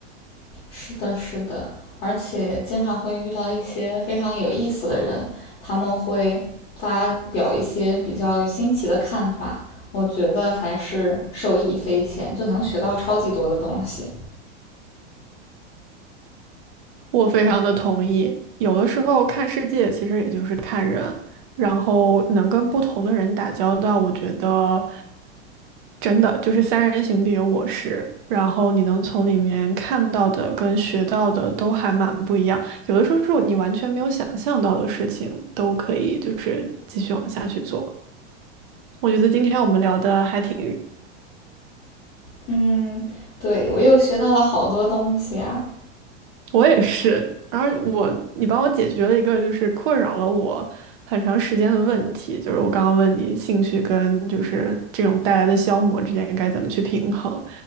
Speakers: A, on the left (about 30°); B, on the right (about 50°).
A: 是的，是的，而且经常会遇到一些非常有意思的人，他们会发表一些比较新奇的看法，我觉得还是受益匪浅，就能学到超级多的东西。
B: 我非常的同意。有的时候看世界，其实也就是看人，然后能跟不同的人打交道，我觉得真的就是三人行必有我师。然后你能从里面看到的跟学到的都还蛮不一样，有的时候是你完全没有想象到的事情，都可以就是继续往下去做。我觉得今天我们聊的还挺。
A: 嗯，对，我又学到了好多东西啊。
B: 我也是，然后我，你帮我解决了一个就是困扰了我很长时间的问题，就是我刚刚问你兴趣跟就是这种带来的消磨之间该怎么去平衡，